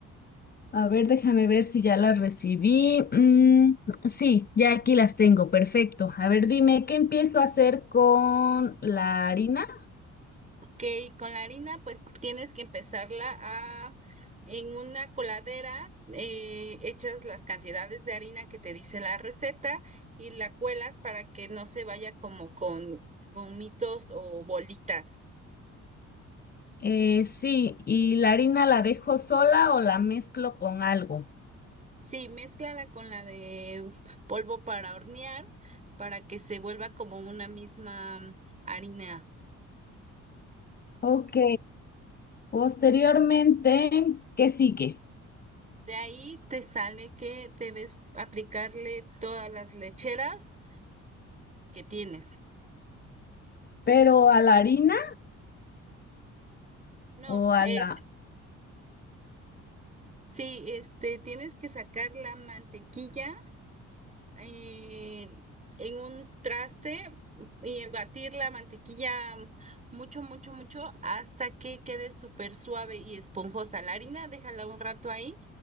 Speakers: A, on the left; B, on the right.
A: A ver, déjame ver si ya las recibí. Mm, sí, ya aquí las tengo, perfecto. A ver, dime, ¿qué empiezo a hacer con la harina?
B: Ok, con la harina, pues tienes que empezarla a, en una coladera, eh, echas las cantidades de harina que te dice la receta y la cuelas para que no se vaya como con gomitos o bolitas.
A: Eh, sí, ¿y la harina la dejo sola o la mezclo con algo?
B: Sí, mézclala con la de polvo para hornear para que se vuelva como una misma harina.
A: Ok, posteriormente, ¿qué sigue?
B: De ahí te sale que debes aplicarle todas las lecheras que tienes.
A: Pero a la harina.
B: No,
A: Ojalá.
B: es, sí, este, tienes que sacar la mantequilla eh, en un traste y batir la mantequilla mucho, mucho, mucho hasta que quede súper suave y esponjosa. La harina, déjala un rato ahí